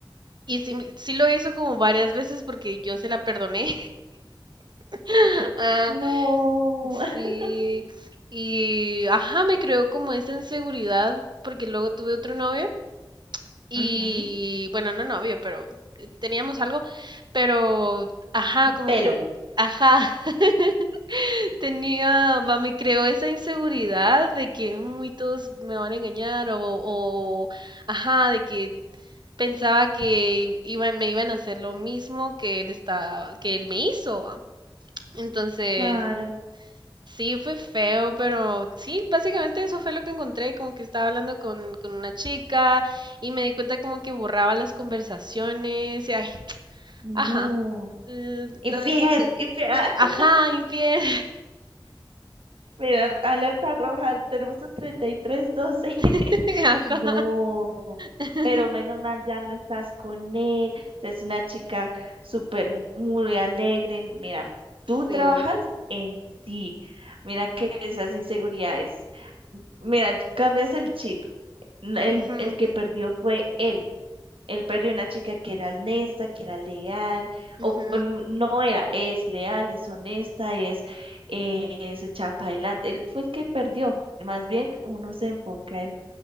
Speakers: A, on the right; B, on the right.
A: Y sí, me- sí lo hizo como varias veces porque yo se la perdoné. <laughs> Ah,
B: no.
A: sí.
B: <laughs>
A: Y ajá, me creó como esa inseguridad porque luego tuve otro novio. Y
B: Ujú.
A: bueno, no novio, pero eh, teníamos algo, pero ajá, como
B: Pelo.
A: que me, ajá, <laughs> tenía, va, me creó esa inseguridad de que muy todos me van a engañar o, o ajá, de que pensaba que i- iban- me iban a hacer lo mismo que él estaba, que él me hizo, va. Entonces,
B: Claro,
A: Sí, fue feo, pero sí, básicamente eso fue lo que encontré, como que estaba hablando con, con una chica y me di cuenta como que borraba las conversaciones y ay,
B: no.
A: ajá, l-
B: Infiel,
A: lo dejé,
B: infiel. <laughs>
A: ajá, infiel,
B: Mira, alerta roja, tenemos un treinta y tres doce <laughs>
A: <laughs> ajá,
B: No,
A: <laughs>
B: pero menos mal ya no estás con él. Es una chica súper, muy alegre. Mira, tú
A: sí,
B: trabajas en ti. Mira que esas inseguridades. Mira, cambias el chip. N-
A: ujú,
B: El, el que perdió fue él. Él perdió una chica que era honesta, que era leal,
A: ujú,
B: o bueno, no era, es leal, es honesta, es, eh, se echa para adelante. Él fue el que perdió. Más bien uno se enfoca en,